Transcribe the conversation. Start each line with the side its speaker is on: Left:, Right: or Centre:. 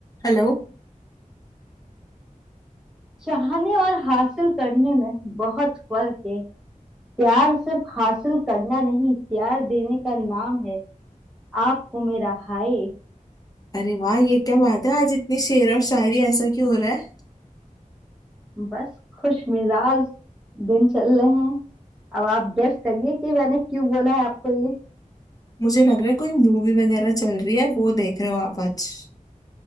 Left: Hello
Centre: चाहने और हासिल करने में बहुत फर्क है प्यार सिर्फ हासिल करना नहीं प्यार देने का नाम है आपको मेरा हाय
Left: अरे वाह ये क्या बात है आज इतनी शेर और शायरी ऐसा क्यों हो रहा है
Centre: बस खुश मिजाज दिन चल रहे हैं अब आप गेस करिए कि मैंने क्यों बोला है आपको ये
Left: मुझे लग रहा है कोई मूवी वगैरह चल रही है वो देख रहे हो आप आज